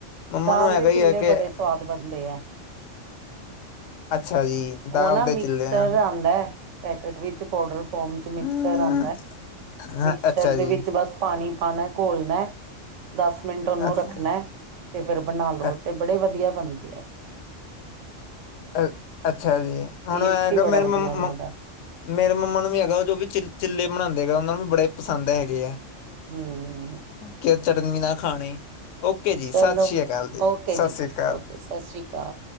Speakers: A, on the left; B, on the right.
A: ਮੰਮਾ
B: ਦਾਲ
A: ਨੂੰ ਹੈਗਾ
B: ਦੇ
A: ਹੀ
B: ਚਿੱਲੇ
A: ਹੈ ਕਿ
B: ਬੜੇ ਸਵਾਦ ਬਣਦੇ ਹੈ।
A: ਅੱਛਾ ਜੀ ਦਾਲ
B: ਉਹ ਨਾ ਮਿਕਸਰ
A: ਦੇ ਚਿੱਲੇ ਆ।
B: ਆਉਂਦਾ। ਪੈਕੇਟ ਵਿੱਚ ਪਾਊਡਰ ਫੋਮ ਚ ਮਿਕਸਰ
A: ਹਮ,
B: ਆਉਂਦਾ ਹੈ।
A: ਹਾਂ
B: ਮਿਕਸਰ
A: ਅੱਛਾ
B: ਦੇ
A: ਜੀ
B: ਵਿੱਚ ਬਸ ਪਾਣੀ ਪਾਣਾ ਘੋਲਣਾ। ਦਸ ਮਿੰਟ ਉਹਨੂੰ
A: ਅੱਛਾ
B: ਰੱਖਣਾ ਤੇ ਫੇਰ ਬਣਾ ਲੋ
A: ਅ
B: ਤੇ ਬੜੇ ਵਧੀਆ। ਬਣਦੀ ਆ
A: ਅ ਅੱਛਾ ਜੀ ਹੁਣ
B: ਟੇਸਟ
A: ਹੈਗਾ
B: ਹੀ ਬੜਾ
A: ਮੇਰੇ
B: ਵਧੀਆ
A: ਮੰ
B: ਉਹਨਾਂ ਦਾ
A: ਮੇਰੇ ਮੰਮਾ ਨੂੰ ਵੀ ਹੈਗਾ ਜੋ ਵੀ ਚ ਚਿੱਲੇ ਬਣਾਉਂਦੇ ਹੈ ਉਹਨਾਂ ਨੂੰ ਬੜੇ ਪਸੰਦ ਹੈਗੇ ਆ।
B: ਹੂੰ,
A: ਕਿ ਚਟਨੀ ਨਾ ਖਾਣੇ, ਓਕੇ ਜੀ ਸਤਿ
B: ਚਲੋ
A: ਸ੍ਰੀ ਅਕਾਲ ਜੀ
B: ਓਕੇ
A: ਸਤਿ ਸ੍ਰੀ ਅਕਾਲ,
B: ਓਕੇ ਸਤਿ ਸ੍ਰੀ ਅਕਾਲ